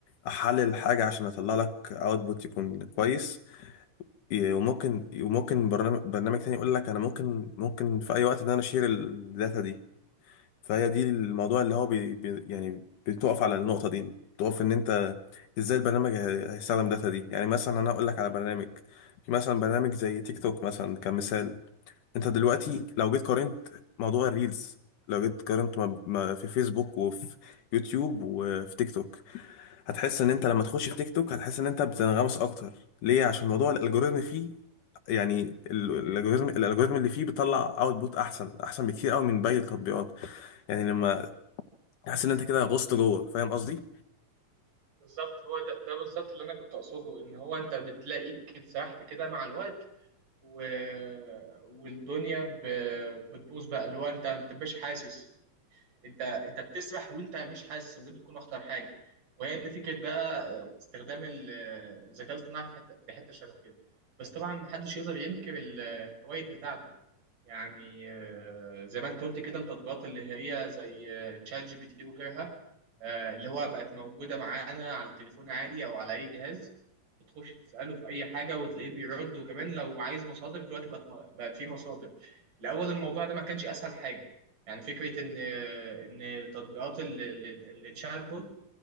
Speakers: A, on the left; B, on the right.
A: احلل حاجه عشان اطلع لك اوتبوت يكون كويس ي-
B: مم.
A: وممكن وممكن برنامج برنامج تاني يقول لك انا ممكن ممكن في اي وقت ان انا اشير الداتا دي فهي دي الموضوع اللي هو بي بي يعني بتقف على النقطة دي بتقف ان انت ازاي البرنامج هي- هيستخدم الداتا دي يعني مثلا انا اقول لك على برنامج في مثلا برنامج زي تيك توك مثلا كمثال انت دلوقتي لو جيت قارنت موضوع الريلز لو جيت قارنت ما ما في فيسبوك وفي يوتيوب وفي تيك توك هتحس ان انت لما تخش في تيك توك هتحس ان انت بتنغمس اكتر ليه عشان موضوع الالجوريزم فيه يعني ال- الالجوريزم الالجوريزم اللي فيه بيطلع اوتبوت احسن احسن بكتير قوي من باقي التطبيقات يعني لما تحس ان انت كده غصت جوه فاهم قصدي
B: بالظبط هو ده ده بالظبط اللي انا كنت اقصده ان هو انت بتلاقيك كده سرحت كده مع الوقت و... والدنيا ب... بتبوظ بقى اللي هو انت ما بتبقاش حاسس انت انت بتسبح وانت مش حاسس ودي بتكون اخطر حاجه وهي دي فكره بقى استخدام ال- الذكاء الاصطناعي في حته في حته شبه كده بس طبعا محدش يقدر ينكر ال- الفوائد بتاعته يعني آه، زي ما انت قلت كده التطبيقات اللي هي زي آه، تشات جي بي تي وغيرها آه، اللي هو بقت موجوده معانا على التليفون عادي او على اي جهاز بتخش تساله في اي حاجه وتلاقيه بيرد وكمان لو عايز مصادر دلوقتي بقت بقت في مصادر الاول الموضوع ده ما كانش اسهل حاجه يعني فكرة إن إن تطبيقات ال- ال- الشات بوت